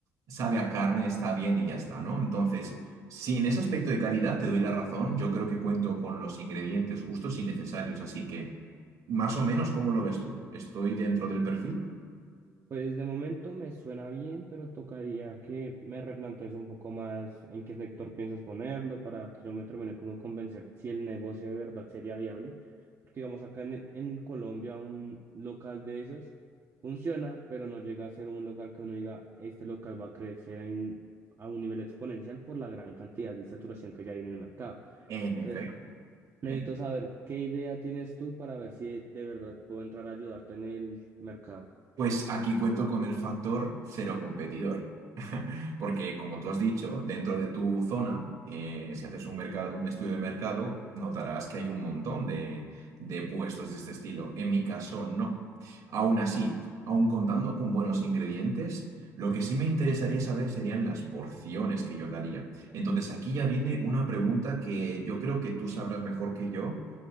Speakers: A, on the right; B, on the right.
A: sabe a carne, está bien y ya está, ¿no? Entonces, sí, en ese aspecto de calidad te doy la razón, yo creo que cuento con los ingredientes justos y necesarios, así que... Más o menos, ¿cómo lo ves tú? ¿Estoy dentro del perfil?
B: Pues de momento me suena bien, pero tocaría que me replantees un poco más en qué sector piensas ponerlo para que yo me termine como de convencer si el negocio de verdad sería viable. Porque digamos acá en, en Colombia un local de esos funciona, pero no llega a ser un local que uno diga, este local va a crecer en- a un nivel exponencial por la gran cantidad de saturación que ya hay en el mercado.
A: En
B: Entonces,
A: efecto.
B: necesito
A: Eh,
B: saber qué idea tienes tú para ver si de de verdad puedo entrar a ayudarte en el mercado.
A: Pues aquí cuento con el factor cero competidor. <laughs> Porque, como tú has dicho, dentro de tu zona, eh, si haces un mercado, un estudio de mercado, notarás que hay un montón de, de puestos de este estilo. En mi caso, no. Aún así, aún contando con buenos ingredientes, lo que sí me interesaría saber serían las porciones que yo daría. Entonces, aquí ya viene una pregunta que yo creo que tú sabrás mejor que yo